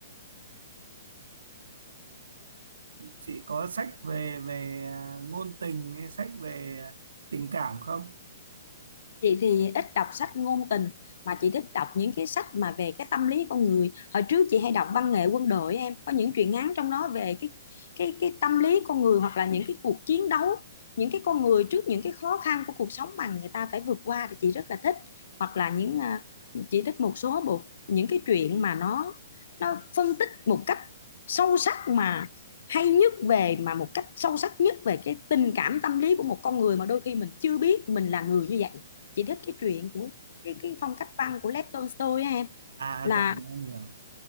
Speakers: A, on the right; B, on the left.
A: chị có sách về về ờ, ngôn tình hay sách về ờ, tình cảm không
B: chị thì ít đọc sách ngôn tình mà chị thích đọc những cái sách mà về cái tâm lý con người hồi trước chị hay đọc văn nghệ quân đội em có những truyện ngắn trong đó về cái cái cái tâm lý con người hoặc là những cái cuộc chiến đấu những cái con người trước những cái khó khăn của cuộc sống mà người ta phải vượt qua thì chị rất là thích hoặc là những à, chị thích một số bộ những cái truyện mà nó nó phân tích một cách sâu sắc mà hay nhất về mà một cách sâu sắc nhất về cái tình cảm tâm lý của một con người mà đôi khi mình chưa biết mình là người như vậy chị thích cái chuyện của cái cái phong cách văn của Lev Tolstoy á em
A: à
B: là
A: rồi em hiểu